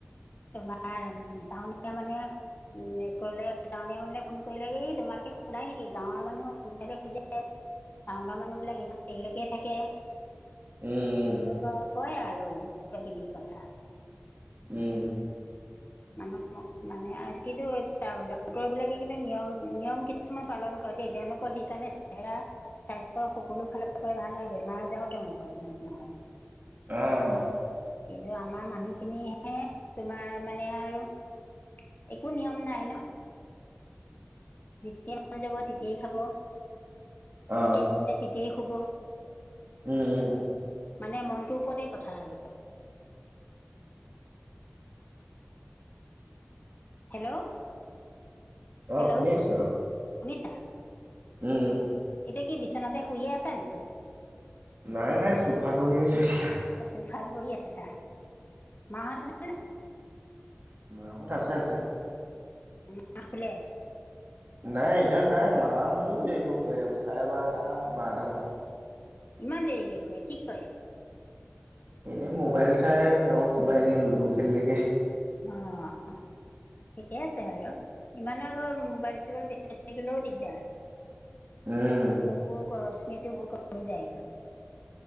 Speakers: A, on the left; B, on the right.
A: তোমাৰ উম, টাউনীয়া মানে উ কৰিলে টাউনীয়া মানে ফোন কৰিলে, ই তোমালোকে শুলাই নেকি গাঁৱৰ মানুহ সোনকালে শুই যায়। টাউনৰৰ মানুহ বিলাক ইমান দেৰিলৈকে থাকে।
B: উম। উম
A: মোক আৰু কয় আৰু কিবা- কিবি কথা।
B: উম।
A: মানুহক মোক মানে আ কিন্তু ডক্তৰ বিলাকে কিন্তু নিয়ম নিয়ম, কিছুমান পালন কৰে দেই, তেওঁলোকৰ সেইকাৰণে চেহেৰা। স্বাস্থ্য সকলো ফালৰ পৰা ভাল হয় বেমাৰ আজাৰও তেওঁলোকৰ ইমানে নহয়।
B: অঁ।
A: কিন্তু আমাৰ মানুহখিনিহে তোমাৰ মানে আৰু। একো নিয়ম নাই ন। যেতিয়াই মন যাব তেতিয়াই খাব,
B: অ
A: যেতিয়াই
B: অ
A: মন যায় তেতিয়াই শুব।
B: উম উম।
A: মানে মনটোৰ ওপৰতে কথা আৰু। হেল্ল'
B: অহ
A: হেল্ল'
B: শুনি আছো
A: শুনিছা?
B: উম উম।
A: এতিয়া কি বিচনাতে শুইয়ে আছা নেকি?
B: নাই-নাই, চোফাত বহি আছো এতিয়া।
A: অ', চোফাত বহি আছা, মাহঁত আছে নে-
B: মাহঁত আছে- আছে।
A: মা হত শুলে।
B: নাই এতিয়া নাই, মা হতেও দেৰিকে শুৱে, চাৰে বাৰটা বাৰটামানত।
A: ইমান দেৰিকে শুৱে, কি কৰে।
B: এনেই মোবাইল চাই কিবা আকৌ এনেই লুডু খেলি থাকে।
A: অ'। ঠিকে আছে বাৰু, ইমানো আকৌ মোবাইল চোবাইল বেছি চাই থাকিলেও দিগদাৰ।
B: উম
A: চকুৰ ৰশ্মিটো বহুত কমি যায়গৈ।